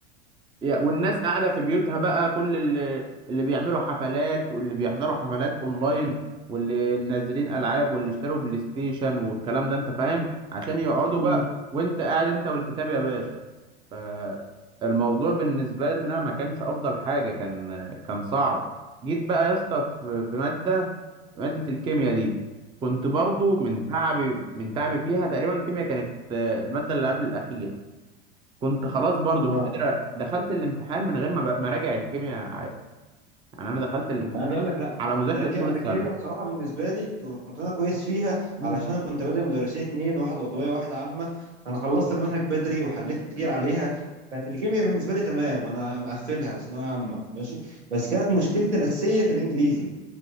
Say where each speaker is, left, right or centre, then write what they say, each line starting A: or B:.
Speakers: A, on the right; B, on the right.
A: يا- والناس قاعده في بيوتها بقى كل اللي, اللي بيعملوا حفلات واللي بيحضروا حفلات اونلاين واللي منزلين العاب واللي اشتروا بلاي ستيشن والكلام ده انت فاهم عشان يقعدوا
B: مم.
A: بقى وانت قاعد انت والكتاب يا باشا فالموضوع بالنسبه لنا ما كانش افضل حاجه كان كان صعب جيت بقى يا اسطى في في ماده ماده الكيمياء دي كنت برضو من تعبي من تعبي فيها تقريبا الكيمياء كانت آه، الماده اللي قبل الاخير كنت خلاص برضو
B: اه
A: مش قادر أ- دخلت الامتحان من غير ما ب- ما اراجع الكيمياء عادي يعني انا دخلت الامتحان
B: انا عايز اقول لك لا
A: على مذاكره
B: انا كي...
A: طول السنه
B: انا الكيمياء بصراحه بالنسبه لي ك- كنت انا كويس فيها
A: مم.
B: علشان انا كنت بادئ مدرسين اتنين واحد عضويه واحد عامه انا خلصت المنهج بدري وحليت كتير عليها كانت الكيمياء بالنسبه لي تمام وانا مقفلها في ثانويه عامه ماشي بس كانت مشكلتي الاساسيه في الانجليزي